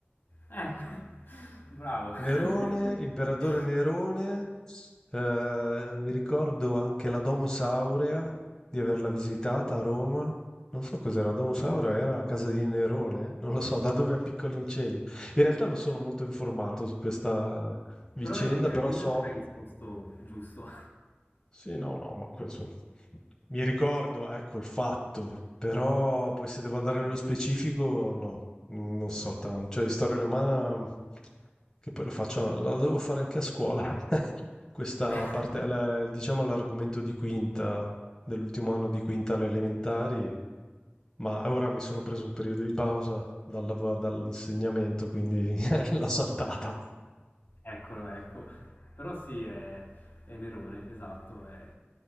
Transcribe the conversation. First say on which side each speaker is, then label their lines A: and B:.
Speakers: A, on the left; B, on the left.
A: Eh, <laughs> bravo. <laughs>
B: Nerone, imperatore Nerone, ehm, mi ricordo anche la Domus Aurea di averla visitata a Roma. Non so cos'era, la Domus Aurea era la casa di Nerone? Non lo so, da dove a Piccolo Inceglio. In realtà non sono molto informato su questa vicenda,
A: Però è già incredibile
B: però so
A: che mi hai risposto giusto.
B: Sì, no, no, ma questo... <laughs> Mi ricordo, ecco, il fatto, però poi se devo andare nello specifico, no, non so tanto. Cioè, di storia romana, che poi lo faccio, la devo fare anche a scuola. <laughs> Questa
A: <laughs>
B: parte, la- diciamo, l'argomento di quinta, dell'ultimo anno di quinta alle elementari, ma ora mi sono preso un periodo di pausa dalla- dall'insegnamento, quindi <laughs> L'ho saltata.
A: Eccolo, ecco. Però sì, è, è Nerone, esatto, è,